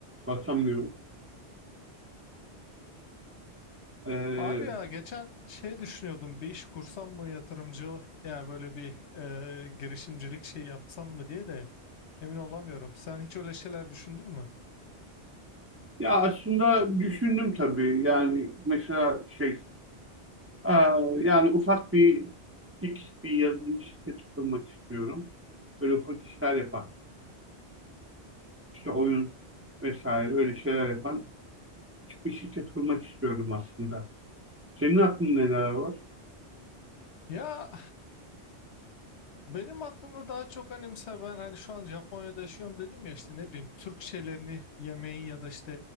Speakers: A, on the right (about 20°); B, on the left (about 75°).
A: Basamıyorum. Ee,
B: Abi ya geçen şey düşünüyordum bir iş kursam mı yatırımcı yani böyle bir e, girişimcilik şey yapsam mı diye de emin olamıyorum. Sen hiç öyle şeyler düşündün mü?
A: ya aslında düşündüm tabii. Yani mesela şey, aa, yani ufak bir tik bir yazılım şirketi kurmak istiyorum. Böyle ufak işler yapan, işte oyun vesaire öyle şeyler yapan küçük bir şirket kurmak istiyorum aslında. Senin aklında neler var?
B: Ya benim aklımda daha çok hani mesela ben hani şu an Japonya'da yaşıyorum dedim ya işte ne bileyim Türk şeylerini yemeği ya da işte